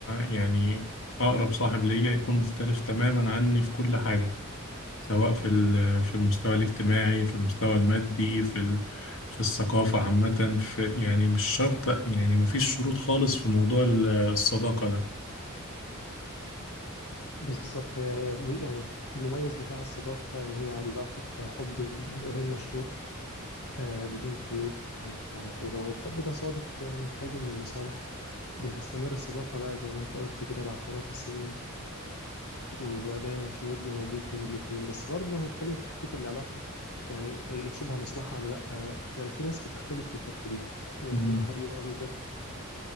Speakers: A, on the left; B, on the left.
A: يعني أقرب صاحب ليا يكون مختلف تماما عني في كل حاجة سواء في ال- في المستوى الاجتماعي في المستوى المادي في ال- في الثقافة عامة في يعني مش شرط يعني مفيش شروط خالص في موضوع ال- الصداقة ده
B: بالظبط هي هي م- يعني المميز بتاع الصداقة إن هي علاقة حب غير مشروط آه بدون قيود آه ولو الحب ده صادق يعني وخالي من المصالح بتستمر الصداقة بقى زي ما أنت قلت كده لعشرات السنين وبقى دايما في ود موجود بين الاتنين بس برضه هنتكلم في حتة العلاقة يعني هي شبه مصلحة ولا لأ آه يعني في ناس بتختلف في الحتة دي يعني
A: مم.
B: واحد يقول لك